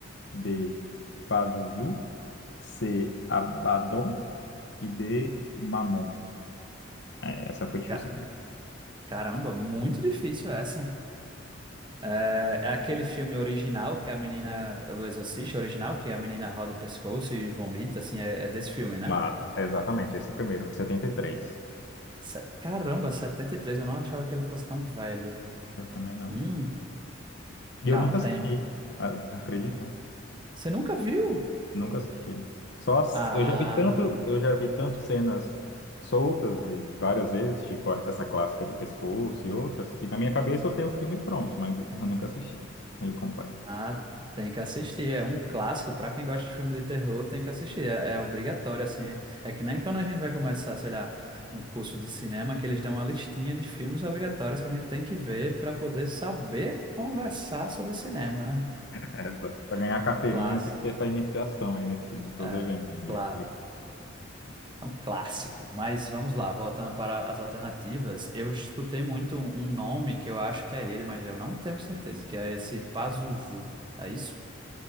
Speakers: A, on the left; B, on the right.
A: B, Pazuzu, C, Abaddon e D, Mamon. É, essa foi difícil,
B: Ca-
A: amiga.
B: Caramba, muito difícil essa. É, é aquele filme original que a menina, o Exorcista original, que a menina roda o pescoço e vomita, assim, é, é desse filme, né?
A: Mas, exatamente, esse primeiro, de 73.
B: Se- Caramba, 73 eu não achava que ele fosse tão velho.
A: Eu também não.
B: Hum,
A: E
B: calma,
A: eu nunca
B: tem.
A: assisti, a- acredita?
B: Você nunca viu?
A: Nunca assisti. Só ass-
B: Ah,
A: eu já vi tanto,
B: não.
A: eu já vi tanto cenas soltas e várias vezes, tipo a- essa clássica do pescoço e outras, que na minha cabeça eu tenho o filme pronto, mas eu nunca assisti ele completo.
B: Ah, tem que assistir. É um clássico para quem gosta de filme de terror, tem que assistir. É, é obrigatório, assim. É que nem quando a gente vai começar, sei lá, um curso de cinema, que eles dão uma listinha de filmes obrigatórios que a gente tem que ver para poder saber conversar sobre cinema, né?
A: Exato. Pra ganhar
B: <laughs>
A: a carteirinha
B: Clássico.
A: tem que ter essa iniciação aí nesse filme. Eu tô
B: É,
A: devendo ainda
B: claro.
A: esse. recurso.
B: É um clássico. Mas vamos lá, voltando para as alternativas, eu escutei muito um um nome que eu acho que é ele, mas eu não tenho certeza, que é esse Pazuzu. É isso?